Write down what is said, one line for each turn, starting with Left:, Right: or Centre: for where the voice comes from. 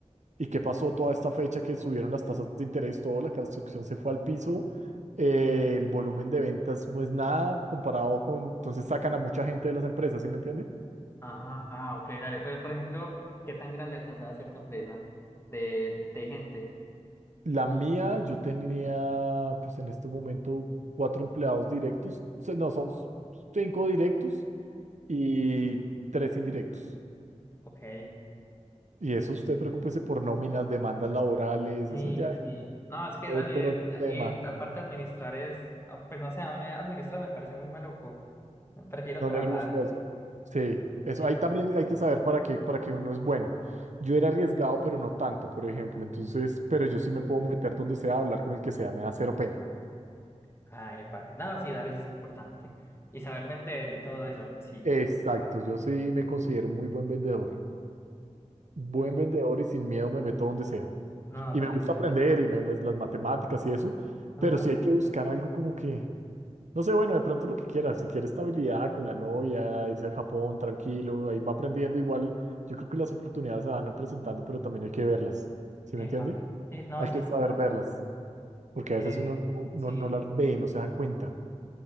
Right: ¿Y qué pasó toda esta fecha que subieron las tasas de interés, todo, la construcción se fue al piso, eh, el volumen de ventas no es nada comparado con, entonces sacan a mucha gente de las empresas, ¿sí me entiende?
Left: Ajá, ah, ok, dale. Pero, por ejemplo, ¿qué tan grande alcanzaba a ser tu empresa de, de gente?
Right: La mía, yo tenía, pues en este momento, cuatro empleados directos, se- no, son cinco directos y tres indirectos.
Left: Ok,
Right: Y eso, usted preocúpese por nóminas, demandas laborales,
Left: sí,
Right: eso ya es
Left: sí. No, es que
Right: otro
Left: dale,
Right: tema.
Left: y aparte administrar es, ah, pues no sé, a mí administrar me parece muy maluco. Prefiero
Right: No
Left: trabajar.
Right: le gusta eso. Sí, eso
Left: Sí,
Right: ahí
Left: sí.
Right: también
Left: sí.
Right: hay que saber para qué, para qué uno es bueno. Yo era arriesgado, pero no tanto, por ejemplo. Entonces, pero yo sí me puedo meter donde sea, hablar con el que sea, me da cero pena.
Left: Ah, epa. No, sí, dale, eso es importante. Y saber vender y todo eso, sí.
Right: Exacto, yo sí me considero muy buen vendedor. Buen
Left: Mm,
Right: vendedor y sin miedo me meto donde sea.
Left: No,
Right: Y
Left: dale,
Right: me gusta
Left: yo.
Right: aprender y me, pues, las matemáticas y eso,
Left: Ajá,
Right: pero sí hay que buscar algo como que No sé, bueno, de pronto lo que quieras, si quiere estabilidad con la novia, irse a Japón tranquilo, ahí va aprendiendo igual. Yo creo que las oportunidades se van presentando, pero también hay que verlas, ¿sí
Left: epa.
Right: me entiende?
Left: Sí, no,
Right: Hay
Left: sí,
Right: que saber
Left: total.
Right: verlas, porque
Left: Que,
Right: a veces uno no, no
Left: sí,
Right: no las ve, no se da cuenta.